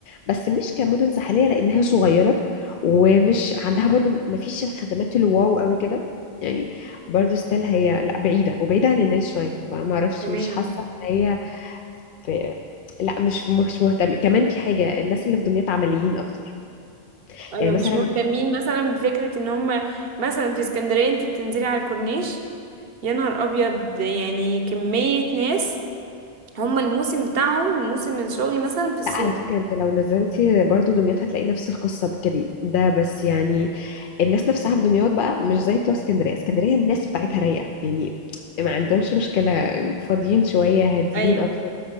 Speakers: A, on the left; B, on the right.
A: بس مش كمدن ساحليه لانها صغيره ومش عندها برضو مفيش الخدمات الواو قوي كده يعني برضو ستيل هي لا بعيده وبعيده عن الناس شويه فما اعرفش
B: تمام
A: مش حاسه ان هي في لا مش مش مهتم كمان في حاجه الناس اللي في دمياط عمليين اكتر
B: ايوه
A: يعني مثلا
B: مش مهتمين مثلا بفكرة ان هم مثلا في اسكندرية انت بتنزلي على الكورنيش يا نهار ابيض يعني كمية ناس هم الموسم بتاعهم موسم الشغل مثلا في الصيف
A: لا على فكرة انت لو نزلتي برضو دمياط هتلاقي نفس القصة دي كده ده بس يعني الناس نفسها في دمياط بقى مش زي بتوع اسكندرية اسكندرية الناس بتاعتها رايقة يعني ما عندهمش مشكلة فاضيين شوية هاديين
B: ايوه
A: أكتر